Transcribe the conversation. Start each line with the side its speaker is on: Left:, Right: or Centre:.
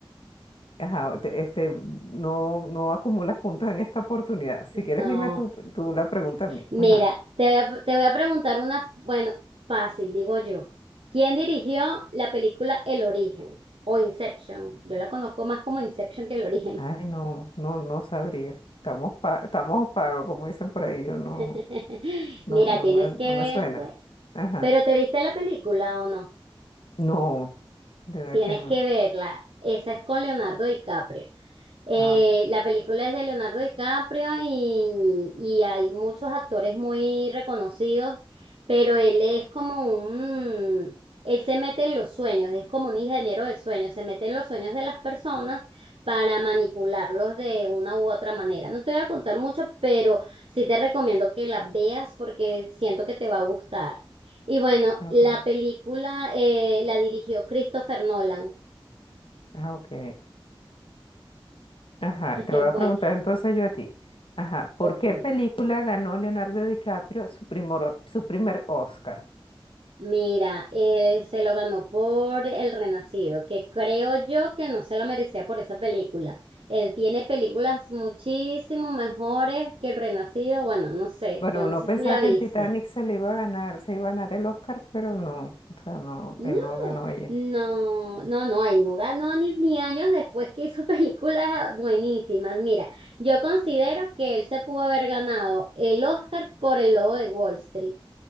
Left: ajá, te- este, no, no acumulas puntos en esta oportunidad. Si quieres,
Right: no.
Left: dime tú, tú la pregunta a mí.
Right: Mira,
Left: Ajá.
Right: te voy a, te voy a preguntar una, f- bueno, fácil, digo yo. ¿Quién dirigió la película El Origen o Inception? Yo la conozco más como Inception que El Origen.
Left: Ay, no, no, no sabría. Estamos pa- estamos pagos, como dicen por ahí, yo no,
Right: <laughs>
Left: no,
Right: Mira,
Left: no
Right: tienes
Left: me,
Right: que
Left: no me suena.
Right: verte,
Left: Ajá.
Right: pero ¿te viste la película o no?
Left: No, de verdad
Right: Tienes
Left: que no.
Right: que verla. Esa es con Leonardo DiCaprio. Eh,
Left: Ah, ok,
Right: la película es de Leonardo DiCaprio y, y hay muchos actores muy reconocidos, pero él es como un, él se mete en los sueños, es como un ingeniero de sueños, se mete en los sueños de las personas para manipularlos de una u otra manera. No te voy a contar mucho, pero sí te recomiendo que la veas porque siento que te va a gustar. Y bueno,
Left: ok,
Right: la película eh, la dirigió Christopher Nolan.
Left: ah, ok. Ajá,
Right: <laughs>
Left: te voy
Right: Bueno,
Left: a preguntar entonces yo a ti. Ajá, ¿por
Right: ok.
Left: qué película ganó Leonardo DiCaprio su primor- su primer Oscar?
Right: Mira, eh, se lo ganó por El Renacido, que creo yo que no se lo merecía por esa película. Él tiene películas muchísimo mejores que El Renacido. Bueno, no sé,
Left: Bueno,
Right: yo no
Left: uno
Right: sé
Left: pensaba
Right: si tú la viste.
Left: que en Titanic se le iba a ganar, se iba a ganar el Oscar, pero no, o sea, no,
Right: No,
Left: él no ganó ella.
Right: no, no, no, ahí no ganó ni, ni años después que hizo <laughs> películas buenísimas. Mira, yo considero que él se pudo haber ganado el Oscar por El Lobo de Wall Street.